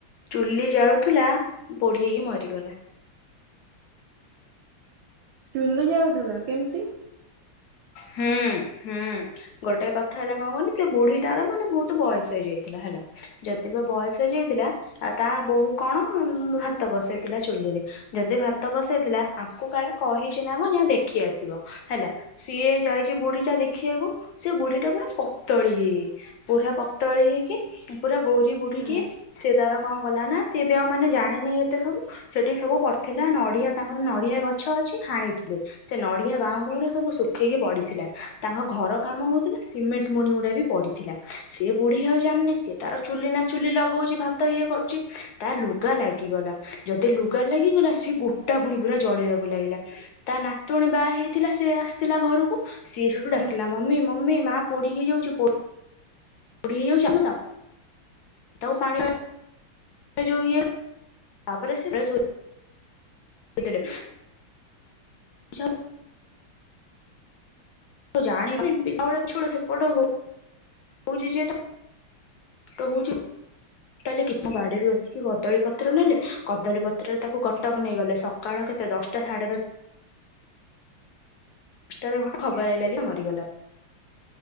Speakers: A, on the left (about 65°); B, on the right (about 75°).
A: ଚୁଲି ଜାଳୁଥିଲା ପୋଢ ହେଇକି ମରିଗଲା।
B: ଚୁନ୍ଦ ଯାଉଥିଲା କେମିତି?
A: ହୁଁ ହୁଁ। ଗୋଟେ କଥା ହେଲା କଣ କହନି ସେ ବୁଢୀ ଟାର ମାନେ ବହୁତ ବୟସ ହେଇଯାଇଥିଲା ହେଲା ଯଦି ବା ବୟସ ହେଇଯାଇ ଥିଲା ଆ ତା ବୋହୁ କଣ ଭାତ ବସେଇଥିଲା, ଚୁଲିରେ ଯଦି ଭାତ ବସେଇଥିଲା ଆକୁ କାଳେ କହିଚ ନା କ ଯାହା ଦେଖି ଆସିବ ହେଲା ସିଏ ଯାଇଛି ବୁଢୀ ଟା ଦେଖିବାକୁ ସେ ବୁଢୀ ଟା ପୁରା ପତଳି ହେଇଛି ପୁରା ପତଳି ହେଇକି ପୁରା ଗୋର ବୁଢିକି
B: ହୁଁ
A: ସେ ତାର କଣ କଲା ନା ସିଏ ବି ଆଉ ମାନେ ଜାଣିନହିଁ, ଏତେ ସବୁ ସେଠି ସବୁ ପଡିଥିଲା ନଡିଆ ତାଙ୍କର ନଡିଆ ଗଛ ଅଛି ହାଣିଥିଲେ ସେ ନଡିଆ ବାହାଁ ଘର ସବୁ ରଖେଇକି ପଡିଥିଲା ତାଙ୍କ ଘର କାମ ହଉଥିଲା, ସିମେଣ୍ଟ ମୁଣି ଗୁଡା ବି ପଡିଥିଲା ସେ ବୁଢୀ ହଉ ସ ତାର ଚୁଲି ନା ଚୁଲି ଲଗାଉଛି, ଭାତ ଇଏ କରୁଛି ତା ଲୁଗା ଲାଗିଗଲା ଯଦି ଲୁଗା ଲାଗିଗଲା ସଏ ଗୋଟା ପୁଣି ପୁରା ଜଳିବାକୁ ଲାଗିଲା ତା ନା ତଣ ବା ହେଇଥିଲା ସିଏ ଆସିଥିଲା, ଘରକୁ ସିଏ ସେଠୁ
B: ହୁଁ
A: ଡାକିଲା ମମି ମମି ମା ପୋଡି ହେଇଯାଉଛି ପୋ ପୋଡ଼ି ହେଇ ଯାଉଛ ତଉ ପାଣି ଯୋଉ ଇଏ ତାପରେ ସେ ଫ୍ରେସ ହେ ପିଟିଲେ ଯାଉ। ଜାଣିଛୋଡ ସେ ପଡ ହ ହଉଛି ଯେ ତା ଟୋ ହୋଉଛି କାଲି କିଛି ବାଡିରୁ ବସିକି କଦଳୀ ପତ୍ର ନେଲେ କଦଳୀ ପତ୍ରରେ ତାକୁ କଟକ ନେଇଗଲେ ସକାଳ କେତ ଦଶଟା ସାଢେ ଦଶଟା। ପାଞ୍ଚଟାରେ ବଟ ଖବର ହେଇଲା ଯେ ମରିଗଲା।